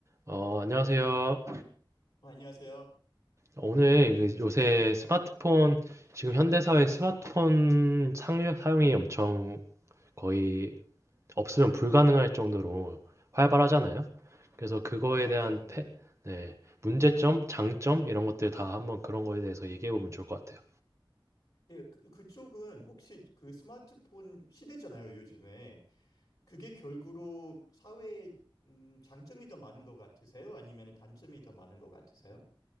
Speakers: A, on the right; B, on the left.
A: 어, 안녕하세요.
B: 어, 안녕하세요.
A: 오늘 그 요새 스마트폰, 지금 현대사회 스마트폰 상- 사용이 엄청 거의 없으면 불가능할 정도로 활발하잖아요. 그래서 그거에
B: 어, 맞죠.
A: 대한
B: 네.
A: 패- 네, 문제점, 장점, 이런 것들 다 한번 그런 거에 대해서 얘기해 보면 좋을 것 같아요.
B: 네, 그, 그쪽은 혹시 그 스마트폰 시대잖아요, 요즘에. 그게 결국으로 사회에 음, 장점이 더 많은 것 같으세요? 아니면 단점이 더 많은 것 같으세요?